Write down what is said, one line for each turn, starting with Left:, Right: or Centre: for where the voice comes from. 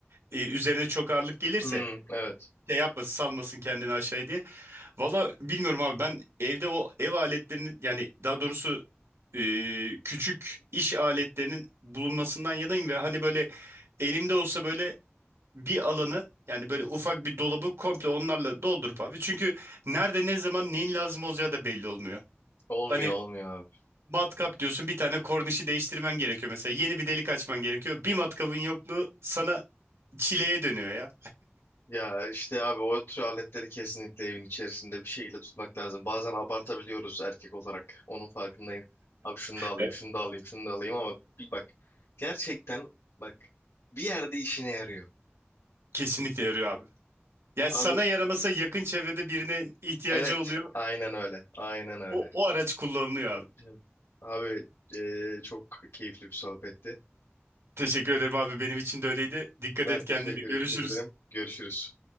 Right: e, üzerine çok ağırlık gelirse
Left: Hmm, evet.
Right: şey yapmasın salmasın kendini aşağıya diye. Valla bilmiyorum abi ben evde o ev aletlerinin yani daha doğrusu e, küçük iş aletlerinin bulunmasından yanayım ve hani böyle elimde olsa böyle bir alanı yani böyle ufak bir dolabı komple onlarla doldurup abi. Çünkü nerede ne zaman neyin lazım olacağı da belli olmuyor.
Left: Olmuyor
Right: Hani
Left: olmuyor abi.
Right: matkap diyorsun bir tane kornişi değiştirmen gerekiyor mesela. Yeni bir delik açman gerekiyor. Bir matkabın yokluğu sana çileye dönüyor ya.
Left: Ya işte abi o tür aletleri kesinlikle evin içerisinde bir şekilde tutmak lazım. Bazen abartabiliyoruz erkek olarak. Onun farkındayım. Abi şunu da alayım,
Right: Evet.
Left: şunu da alayım, şunu da alayım ama bir bak. Gerçekten bak bir yerde işine yarıyor.
Right: Kesinlikle yarıyor abi. Ya
Left: Abi
Right: sana yaramasa yakın çevrede birine ihtiyacı
Left: evet
Right: oluyor.
Left: aynen öyle. Aynen öyle.
Right: O, o araç kullanılıyor abi.
Left: Evet. Abi e, çok keyifli bir sohbetti.
Right: Teşekkür ederim abi. Benim için de öyleydi. Dikkat
Left: Ben
Right: et kendine.
Left: teşekkür
Right: Görüşürüz.
Left: ederim. Görüşürüz.